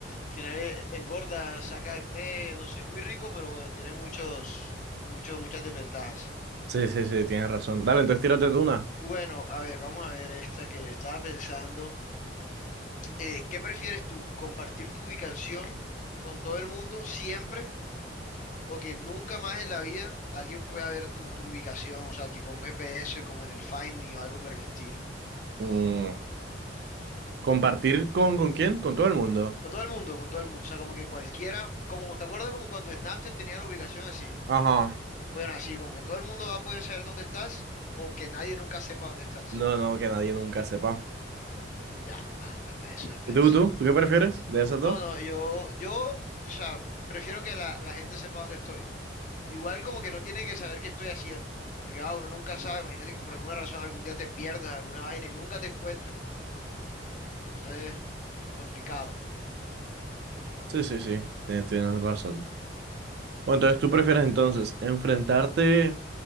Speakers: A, on the left; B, on the right.
A: final es- engorda, saca acné, no sé, muy rico, pero bueno, tiene muchos, muchos, muchas desventajas.
B: Sí, sí, sí, tienes razón. Dale, entonces tírate tú una.
A: Bueno, a ver, vamos a ver esta que estaba pensando. Eh, ¿qué prefieres tú? ¿Compartir tu ubicación con todo el mundo siempre o que nunca más en la vida alguien pueda ver tu, tu ubicación? O sea, tipo un GPS como en el Find Me o algo por el estilo.
B: Mm, ¿Compartir con, con quién? Con todo el mundo.
A: Con todo el mundo, con todo el mundo. O sea, como que cualquiera, como, ¿te acuerdas como cuando Snapchat tenía la ubicación así?
B: Ajá.
A: Bueno, así, como que todo el mundo va a poder saber dónde estás o que nadie nunca sepa dónde estás.
B: No, no, que nadie nunca sepa.
A: Ya, va, va para eso, va
B: ¿Y
A: para
B: tú,
A: eso.
B: tú? ¿Tú qué prefieres de esas dos?
A: No, no, yo, yo, o sea, prefiero que la, la gente sepa dónde estoy. Igual como que no tienen que saber qué estoy haciendo, porque ah, uno nunca sabe, imagínate que por alguna razón algún día te pierdas alguna vaina y nunca te encuentren. Entonces, complicado.
B: Sí, sí, sí, tienes, tienes razón. Bueno, entonces tú prefieres entonces enfrentarte